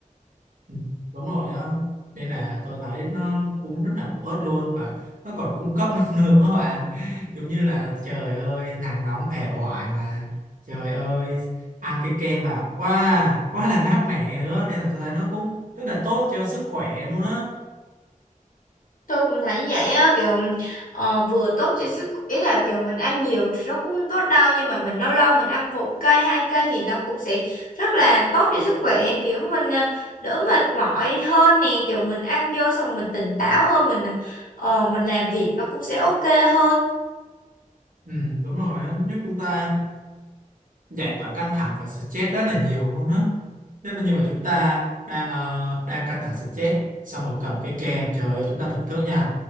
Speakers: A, on the right (about 70°); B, on the left (about 75°).
A: Ừ, đúng rồi á nên là tôi thấy nó cũng rất là bổ ích luôn và nó còn cung cấp năng lượng các bạn giống như là trời ơi nắng nóng ẻ oải mà trời ơi ăn cái kem vào quá quá là mát mẻ nữa nên là tôi thấy nó cũng rất là tốt cho sức khỏe luôn á
B: Tôi cũng thấy như vậy á, kiểu ờ, vừa tốt cho sức, ý là kiểu mình ăn nhiều thì nó cũng không tốt đâu, nhưng mà mình lâu lâu mình ăn một cây, hai cây thì nó cũng sẽ rất là tốt cho sức khỏe, kiểu mình à, đỡ mệt mỏi hơn nè, kiểu mình ăn vô xong rồi mình tỉnh táo hơn, mình à, ờ, mình làm việc nó cũng sẽ ok hơn.
A: ừ, đúng rồi nó giúp chúng ta giải tỏa căng thẳng và stress rất là nhiều luôn á Thế mà nhưng mà chúng ta đang ờ, đang căng thẳng stress xong rồi cầm cái kem trời ơi chúng ta thưởng thức nha.